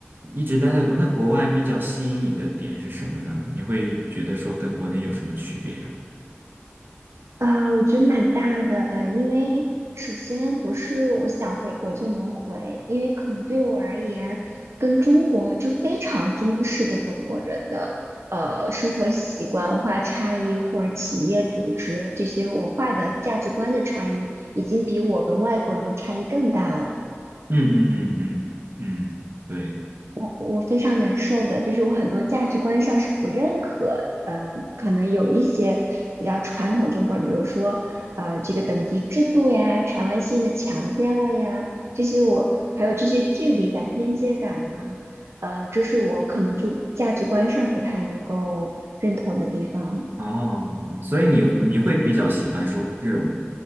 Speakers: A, on the right; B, on the right.
A: 一直待在国，那国外比较吸引你的点是什么呢？你会觉得说跟国内有什么区别啊？
B: 啊，我觉得蛮大的，因为首先不是我想回国就能回，因为可能对我而言，跟中国就非常中式的中国人的呃生活习惯、文化差异或者企业组织这些文化的价值观的差异，已经比我跟外国人的差异更大了。
A: 嗯嗯嗯嗯嗯，对。
B: 我非常难受的，就是我很多价值观上是不认可，嗯，可能有一些比较传统中国人，比如说啊、呃这个等级制度呀、权威性的强调呀，这些我还有这些距离感、边界感呢，呃，这是我可能就价值观上不太能够认同的地方了
A: 哦，嗯所以你你会比较喜欢说这种